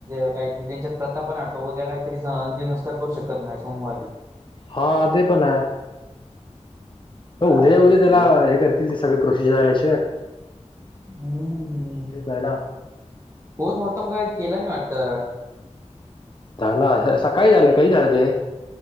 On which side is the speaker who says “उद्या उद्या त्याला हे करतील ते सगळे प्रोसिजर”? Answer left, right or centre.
Left